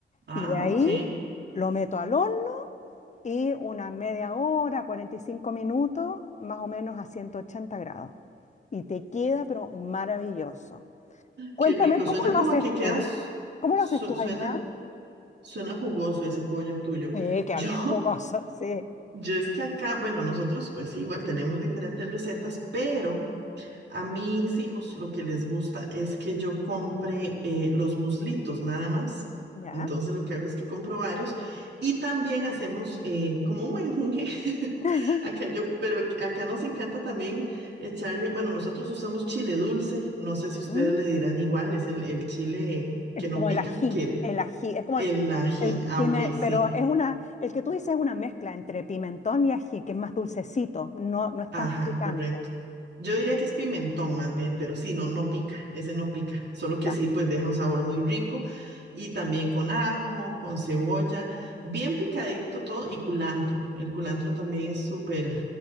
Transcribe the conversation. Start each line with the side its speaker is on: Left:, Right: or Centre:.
Right: Ah,
Left: Y de ahí
Right: ok.
Left: lo meto al horno y una media hora, 45 minutos, más o menos a 180 grados. Y te queda, pero maravilloso. Cuéntame,
Right: Qué rico.
Left: ¿cómo
Right: Suena
Left: lo
Right: como
Left: haces
Right: a que quedas,
Left: tú? ¿Cómo
Right: su-
Left: lo haces tú
Right: suena,
Left: allá?
Right: suena jugoso ese pollo tuyo.
Left: Eh, que
Right: Yo.
Left: había jugoso, sí.
Right: Yo es que acá, bueno, nosotros pues sí, igual tenemos diferentes recetas, pero a mis hijos lo que les gusta es que yo compre eh, los muslitos nada más.
Left: ¿Ya?
Right: Entonces lo que hago es que compro varios y también hacemos eh, como un menjunje. <laughs>
Left: <laughs>
Right: Acá yo, pero ac- acá nos encanta también echarle, bueno, nosotros usamos chile dulce, no sé si ustedes
Left: Mm,
Right: le dirán igual, es el, el chile
Left: Es
Right: que no
Left: como
Right: pica,
Left: el ají,
Right: que
Left: el ají, es como
Right: el
Left: el,
Right: ají.
Left: el
Right: Ah,
Left: pime-
Right: ok, sí.
Left: pero es una, el que tú dices es una mezcla entre pimentón y ají, que es más dulcecito, no, no es
Right: Ajá,
Left: tan picante.
Right: correcto. Yo diría que es pimentón más bien, pero sí, no, no pica, ese no pica, solo que
Left: Ya,
Right: sí, pues deja un sabor muy rico y también con ajo, con cebolla, bien picadito todo y culantro. El culantro también es súper